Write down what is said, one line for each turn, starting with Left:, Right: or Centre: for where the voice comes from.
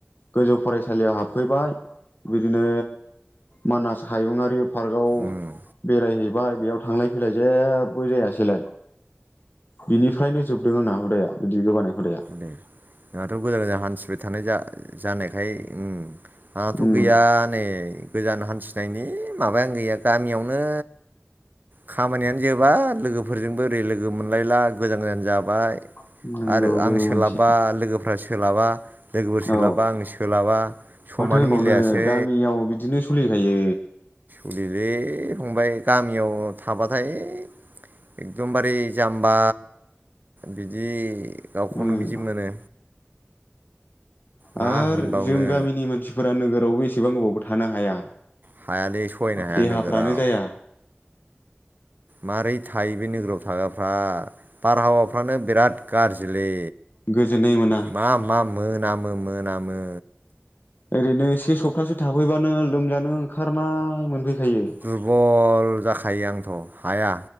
Left: गोजौ फरायसालियाव हाबफैबाय बिदिनो मानास हायुङारि पार्कआव
Right: उम
Left: बेरायहैबाय बेयाव थांलाय फैलाय जेबो जायासैलाय। बिनिफ्रायनो जोबदों आंना हुदाया बिदि गोबानाय हुदाया।
Right: दे नोंहाथ' गोजान-गोजान हान्थिबाय थानाय जा-जानायखाय ओम आंनाथ'
Left: उम
Right: गैया। दा नै गोजान हान्थिनायनि माबायानो गैया गामियावनो खामानियानो जोबा लोगोफोरजोंबो ओरै लोगो मोनलायला गोजान-गोजान जाबाय।
Left: <inaudible>
Right: आं
Left: बेबो
Right: सोलाबबा
Left: मोनसे
Right: लोगोफ्रा सोलाबा लोगोफोर सोलाबबा
Left: औ
Right: आं सोलाबा। समानो
Left: माथो होनबावनो
Right: मिलायासै।
Left: गामियाव बिदिनो सोलिखायो।
Right: औलै फंबाय गामियाव थाबाथाय एकदमबारे जाम्बा बिदि गावखौनो
Left: ओं
Right: बिदि मोनो। मा
Left: आरो
Right: होनबावनो
Left: जों गामिनि मानसिफोरा नोगोरावबो एसेबां गोबावबो थानो हाया।
Right: हायालै सहायनो हाया
Left: देहाफ्रानो
Right: नोगोराव।
Left: जाया
Right: मारै थायो बे नोगोराव थाग्राफ्रा बारहावाफ्रानो बिराद गाज्रिलै।
Left: गोजोननाय मोनो।
Right: मा-मा मोनामो-मोनामो।
Left: ओरैनो से सप्तासे थाफैबानो लोमजानो ओंखारनाय मोनफैखायो।
Right: दुरबल जाखायो आंथ' हाया